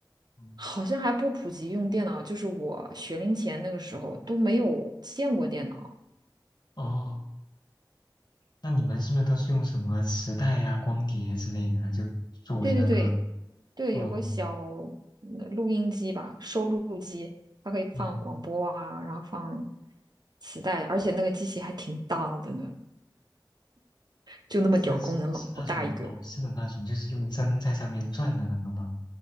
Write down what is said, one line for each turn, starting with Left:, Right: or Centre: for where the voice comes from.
Left: 嗯
Right: 好像还不普及用电脑，就是我学龄前那个时候都没有见过电脑。
Left: 哦，那你们是不是都是用什么磁带呀、光碟之类的，就作为那个，
Right: 对对对对，
Left: 哦，
Right: 有个小嗯录音机吧，收录机，它可以放广播啊，
Left: 嗯，
Right: 然后放磁带，而且那个机器还挺大的呢，就那么点儿功能，
Left: 是是是那种老式的那种，
Right: 老大一个。
Left: 就是用针在上面转的那个吗？